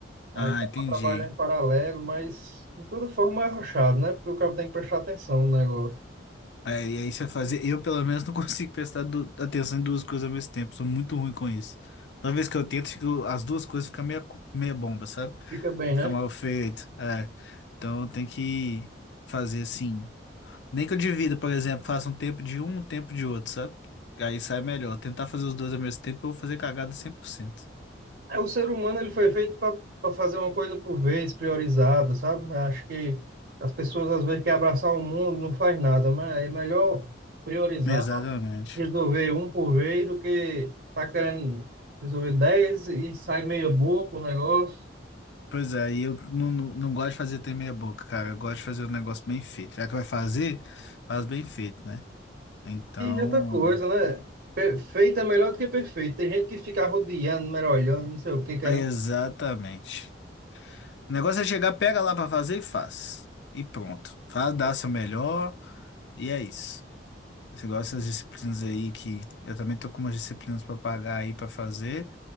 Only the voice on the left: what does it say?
Ah,
entendi.
É, e aí você fazer, eu pelo menos não <laughs> consigo prestar du- atenção em duas coisas ao mesmo tempo, sou muito ruim com isso. Toda vez que eu tento, fico- as duas coisas ficam meia, co- meia bomba, sabe?
Fica
mal feito, é. Então tem que fazer assim. Nem que eu divida, por exemplo, faça um tempo de um, um tempo de outro, sabe? Aí sai melhor. Tentar fazer os dois ao mesmo tempo, eu vou fazer cagada cem por cento
Exatamente.
Pois é, e eu não, não, não gosto de fazer ter meia boca, cara. Eu gosto de fazer um negócio bem feito. Já que vai fazer, faz bem feito, né? Então,
exatamente. O negócio é chegar, pega lá pra fazer e faz. E pronto. Faz, dá seu melhor e é isso. Você gosta das disciplinas aí que eu também tô com umas disciplinas pra pagar aí pra fazer.